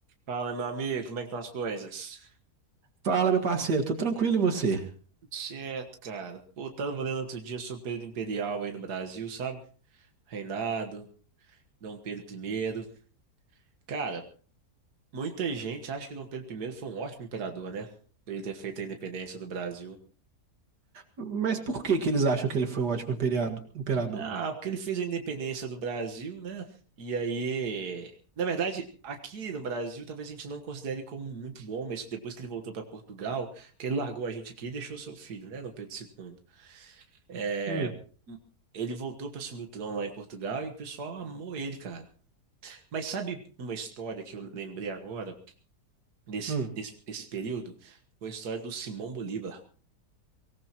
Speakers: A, on the right (about 75°); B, on the right (about 85°).
A: Fala, meu amigo, como é que estão as coisas?
B: Fala, meu parceiro, tô tranquilo e você?
A: Tudo certo, cara. Pô, tava lendo outro dia sobre o período imperial aí no Brasil, sabe? Reinado, Dom Pedro I. Cara, muita gente acha que Dom Pedro I foi um ótimo imperador, né? Por ele ter feito a independência do Brasil.
B: Mas por que que eles acham que ele foi um ótimo imperiado- imperador?
A: Ah, porque ele fez a independência do Brasil, né? E aí. Na verdade, aqui no Brasil, talvez a gente não considere como muito bom, mas depois que ele voltou para Portugal, que ele largou a gente aqui e deixou seu filho, né, Dom Pedro II. É,
B: Hum,
A: ele voltou para assumir o trono lá em Portugal e o pessoal amou ele, cara. Mas sabe uma história que eu lembrei agora, nesse,
B: hum.
A: nesse, nesse período? Foi a história do Simão Bolívar.